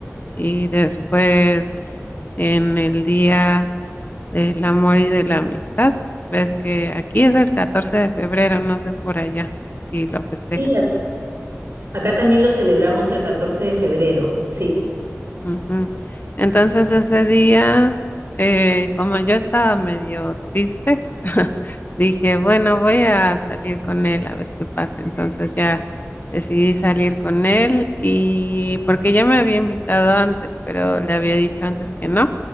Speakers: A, on the left; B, on the right.
A: y después en el Día del Amor y de la Amistad. Ves que aquí es el 14 de febrero, no sé por allá si lo festejan.
B: Sí, a- acá también lo celebramos el 14 de febrero, sí.
A: Ujú. Entonces ese día, eh, como yo estaba medio triste, <laughs> dije, bueno, voy a salir con él a ver qué pasa. Entonces ya decidí salir con él y porque ya me había invitado antes, pero le había dicho antes que no.